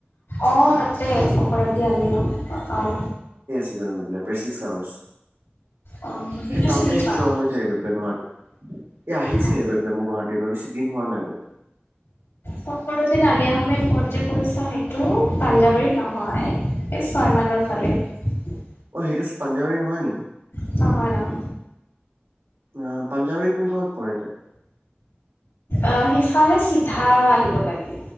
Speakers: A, on the left; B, on the right.
A: অ তাতে সকলো <unintelligible> অঁ
B: প্ৰেচিচ আৱাজ
A: অ সেইটো
B: সেই তাতে
A: চিনি পাওঁ
B: যোৱা হৈ থাকে গৈ পাই গুৱাহাটীত এ আহিছোহে
A: অ
B: গৈ পেলাই মই গুৱাহাটী বেছি দিন হোৱা নাগে
A: সকলো যেন আলি আহমেদ পৰ্যায় কৰিছা সেইটো পাঞ্জাৱাৰীত নহয় এই ছয়মাইলৰ ফালে
B: অ সেইটো পাঞ্জবী নহয় নেকি।
A: অ নহয় নহয়
B: আহ পাঞ্জাৱী কোনখনত পঢ়তে
A: অ সিফালে চিধা আহিব লাগে